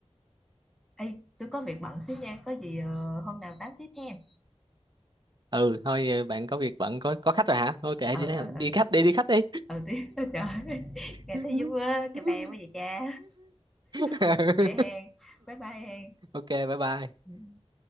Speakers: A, in the centre; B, on the right.
A: Ê, tôi có việc bận xíu nha có gì ờ, hôm nào tám tiếp em
B: ừ thôi ờ, bạn có việc bận có có khách rồi hả thôi kệ
A: ờ
B: đi lấy
A: ờ
B: đi
A: ờ
B: khách đi đi khách đi
A: ờ tiếp <laughs> trời ơi, nghe
B: <laughs>
A: thấy vui quá cà bè quá vậy cha
B: <laughs>
A: Ờ, vậy hen bye bye hen
B: ok bye bye
A: Ừ.